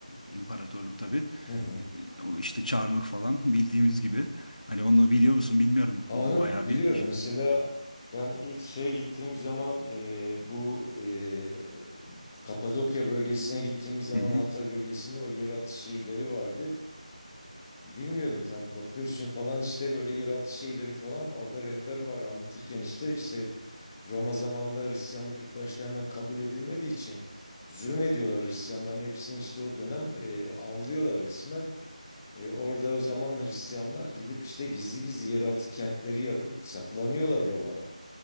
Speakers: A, on the left (about 80°); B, on the left (about 20°).
A: imparatorluk tabii.
B: hı hı.
A: O işte çarmıh falan <laughs> bildiğimiz gibi. Hani onu biliyor musun bilmiyorum.
B: Ama
A: Bayağı
B: Onu biliyorum.
A: bir...
B: Mesela ben ilk şeye gittiğim zaman e, bu e, Kapadokya bölgesine gittiğim zaman
A: Hı hı,
B: Hatay bölgesinde o yeraltı şehirleri vardı. Bilmiyordum tabii Bakıyorsun falan işte böyle yeraltı şeyleri falan orada rehber var anlatırken işte işte Roma zamanında Hristiyanlık ilk başta hemen kabul edilmediği için zulmediyorlar Hristiyanların hepsini işte o dönem e, avlıyorlar resmen. E, orada o zaman Hristiyanlar gidip işte gizli gizli yeraltı kentleri yapıp saklanıyorlar Roma'dan.